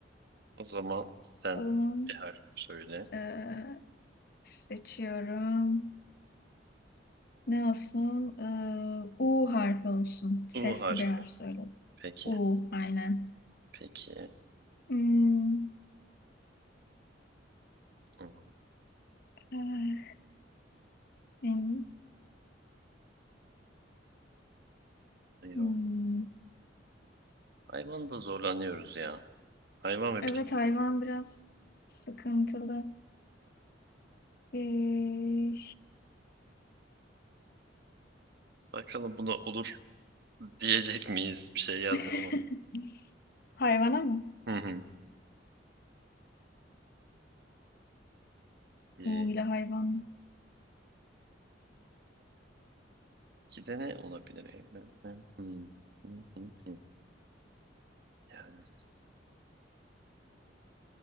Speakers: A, on the right; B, on the left.
A: O zaman sen
B: O zaman
A: bir harf söyle.
B: eee, seçiyorum. Ne olsun? Eee, U harfi olsun. Sesli
A: U harfi.
B: bir harf söyle.
A: Peki.
B: U aynen.
A: Peki.
B: Hmm,
A: Hmm,
B: eh, senin-
A: Hayvan.
B: hmm.
A: Hayvan da zorlanıyoruz ya. Hayvan ve
B: Evet
A: bitki
B: hayvan
A: zor biraz.
B: biraz sıkıntılı. Eh,
A: Bakalım buna olur diyecek miyiz? Bir şey yazdım
B: <laughs>
A: ama.
B: hayvana mı?
A: Hı hı. Ee,
B: U ile hayvan.
A: İki de ne olabilir? Hı hı hı hı. Yani